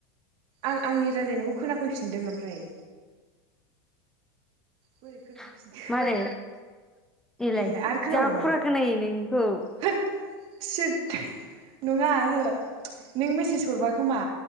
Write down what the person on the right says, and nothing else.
आं आंनि रायज्लायनायखौ खोनाफैफिनदों ओमफ्राय।
बोरै खोनाफैफिनखो
एलाय आरो खोनाबावबाय
<unintelligible> नङा हो नों मेसेज हरबा खोमा